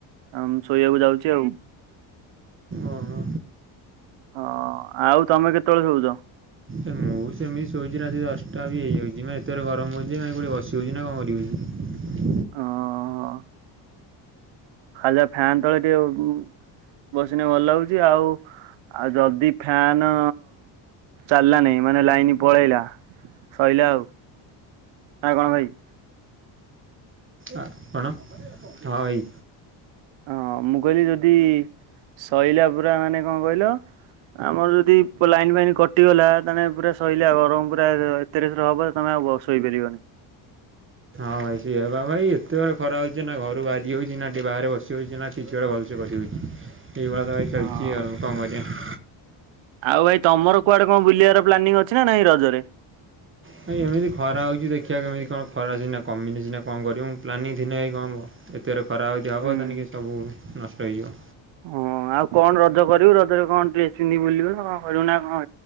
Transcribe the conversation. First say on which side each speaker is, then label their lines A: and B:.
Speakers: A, on the right (about 70°); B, on the right (about 25°).
A: ଅଁ ଶୋଇଆକୁ ଯାଉଚି ଆଉ?
B: ଓହୋ
A: ହଁ ଆଉ ତମେ କେତେବେଳେ ଶୋଉଚ?
B: ଏ ମୁଁ ସେମିତି ଶୋଉଚି ରାତି ଦଶଟା ବି ହେଇଯାଉଚି ମାନେ ଏତେ ଜୋରେ ଗରମ ହଉଚି ଯେ ମାନେ କୋଉଠି ବସି ହଉଚି ନା କଣ କରି ହଉଚି।
A: ହଁ। ଖୋଲା ଫ୍ୟାନ ତଳେ ଟିକେ ଉଁ ବସିନେ ଭଲ ଲାଗୁଚି ଆଉ ଆଉ ଯଦି ଫ୍ୟାନ ଚାଲିଲାନାଇଁ ମାନେ ଲାଇନ ପଳେଇଲା ସଇଲା ଆଉ ନା କଣ ଭାଇ?
B: ଆ କଣ ହଁ ଭାଇ।
A: ହଁ ମୁଁ କହିଲି ଯଦି ସଇଲା ପୁରା ମାନେ କଣ କହିଲ ଆମର ଯଦି ଲାଇନ ଫାଇନ କଟିଗଲା ତାନେ ପୁରା ସଇଲା ଆଉ ଗରମ ପୁରା ଏତେ ରେଶରେ ହବ ଯେ ତମେ ଆଉ ବ ଶୋଇପାରିବନି।
B: ହଁ ଭାଇ ସେୟା ବା ଭାଇ ଏତେ ଜୋରେ ଖରା ହଉଛି ନା ଘରୁ ବାହାରି ହଉଛି ନା ଟିକେ ବାହାରେ ବସି ସି ହଉଚି ନା କିଛି ଗୋଟେ ଭଲସେ କରିହଉଚି। ଏଇଭଳିଆ ତ ଭାଇ
A: ହଁ
B: ଚାଲିଚି ଆଉ କଣ କରିଆ।
A: ଆଉ ଭାଇ ତମର କୁଆଡେ କଣ ବୁଲିଆର ପ୍ଲାନିଂ ଅଛି ନା ନାଇଁ ରଜରେ?
B: ଭାଇ ଏମିତି ଖରା ହଉଛି ଦେଖିଆ କେମିତି କଣ ଖରା ସିନା କମିନେ ସିନା କଣ କରିବୁ ପ୍ଲାନିଂ ଥିନେ ଭାଇ କଣ ହବ ଏତେର ଖରା ହଉଛି ହବ
A: ହୁଁ।
B: ତାନିକି ସବୁ ନଷ୍ଟ ହେଇଯିବ।
A: ହଁ ଆଉ କଣ ରଜ କରିବୁ ରଜରେ କଣ ଡ୍ରେସ୍ ପିନ୍ଧି ବୁଲିବୁ କଣ କରୁ ନା କଣ